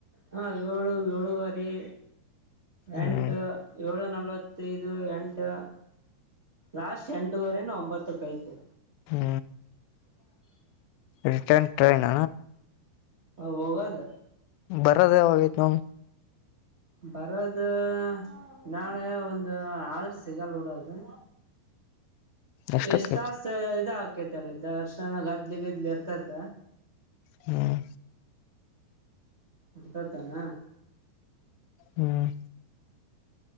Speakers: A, on the right; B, on the left.
A: ಹಾ ಏಳು ಏಳುವರಿ
B: ಹ್ಮ್
A: ಎಂಟು ಏಳು ನಲ್ವತ್ತೈದು ಎಂಟು ಲಾಸ್ಟ್ ಎಂಟುವರೆನು ಒಂಬತ್ತಕ್ ತೆ
B: ಹ್ಮ
A: ಹ್ಮ್
B: ರಿಟರ್ನ್ ಟ್ರೈನ್
A: ಹ ಹೋಗದ
B: ಬರದಾವಾಗೈತ ನ
A: ಬರೋದು ನಾಳೆ ಒಂದು ಆಳ್ರ ಸಿಗಲ್ ಡೋದು
B: ಎಷ್ಟಕ್ಕೈತ್
A: ಎಷ್ಟ ತಾಸ್ ಇದಾ ಕೈತಲ್ಲ ದರ್ಶನ ಗದ್ಲಿ ಗಿದ್ಲಿ ಇರ್ತತ
B: ಹ್ಮ್
A: ಬಿತಡ್ತಾನ
B: ಹ್ಮ್